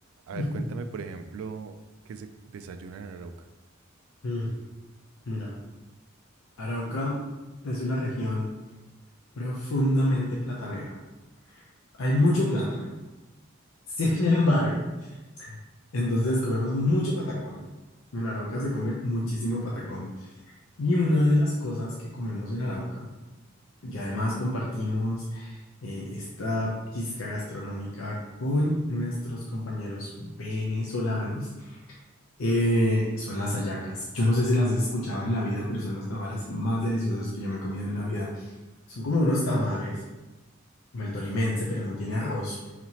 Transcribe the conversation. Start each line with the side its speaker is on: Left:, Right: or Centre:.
Right: A
Left: Ujú.
Right: ver, cuéntame, por ejemplo, qué se desayunan en Arauca.
Left: Mm, mira, Arauca es una región profundamente platanera. Hay mucho plátano. <laughs> Sin embargo, entonces comemos mucho patacón. En Arauca se come muchísimo patacón. Y una de las cosas que comemos en Arauca, que además compartimos eh, esta pizca gastronómica con nuestros compañeros venezolanos, eh, son las hallacas. Yo no sé si las has escuchado en la vida, pero son los tamales más deliciosos que yo me he comido en la vida. Son como unos tamales, como el tolimense, pero no tiene arroz.